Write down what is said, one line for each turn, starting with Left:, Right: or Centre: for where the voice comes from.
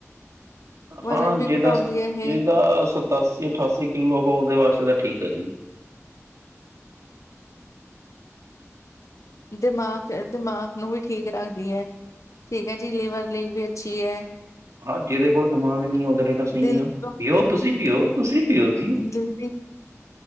Left: ਵਜ਼ਨ
Right: ਹਾਂ
Left: ਵੀ
Right: ਜੇਹਦਾ
Left: ਘਟਾਉਂਦੀ ਹੈ
Right: ਜਿਹਦਾ
Left: ਇਹ
Right: ਸਤ ਸਤਾਸੀ-ਅਠਾਸੀ ਕਿੱਲੋ ਹੋ ਓਹਦੇ ਵਾਸਤੇ ਤੇ ਠੀਕ ਹੈ ਜੀ।
Left: ਦਿਮਾਗ ਦਿਮਾਗ ਨੂੰ ਵੀ ਠੀਕ ਰੱਖਦੀ ਐ। ਠੀਕ ਹੈ ਜੀ, ਲੀਵਰ ਲਈ ਵੀ ਅੱਛੀ ਐ।
Right: ਹਾਂ, ਜਿਦੇ ਕੋਲ ਦਿਮਾਗ ਨਹੀਂ ਉਦੇ ਲਈ ਤਾਂ ਸਹੀ
Left: ਦਿਲ
Right: ਆ।
Left: ਦੀ
Right: ਪੀਓ ਤੁਸੀਂ ਪੀਓ ਤੁਸੀਂ ਪੀਓ ਜੀ।
Left: ਜਿਲਦੀ <unintelligible>